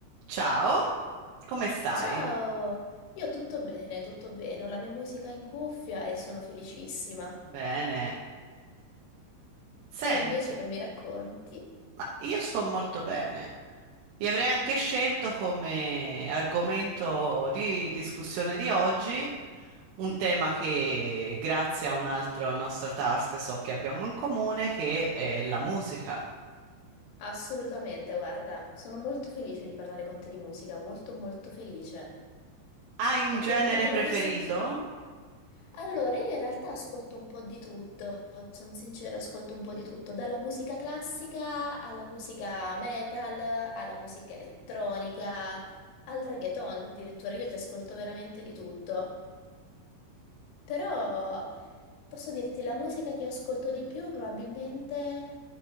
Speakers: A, on the right (about 75°); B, on the left (about 85°).
A: Ciao, come stai?
B: Ciao, io tutto bene, tutto bene, ho la mia musica in cuffia e sono felicissima.
A: Bene.
B: Tu
A: Senti,
B: invece che mi racconti?
A: ma io sto molto bene. Vi avrei anche scelto come argomento di discussione di oggi un tema che, grazie a un'altra nostra task, so che abbiamo in comune, che è la musica.
B: Assolutamente, guarda, sono molto felice di parlare con te di musica, molto molto felice,
A: Hai
B: anche
A: un genere
B: perché abbiamo
A: preferito?
B: gusti in comune. Allora, io in realtà ascolto un po' di tutto, sono sincera, ascolto un po' di tutto, dalla musica classica alla musica metal, alla musica elettronica, al reggaeton addirittura, io ti ascolto veramente di tutto. Però posso dirti, la musica che ascolto di più probabilmente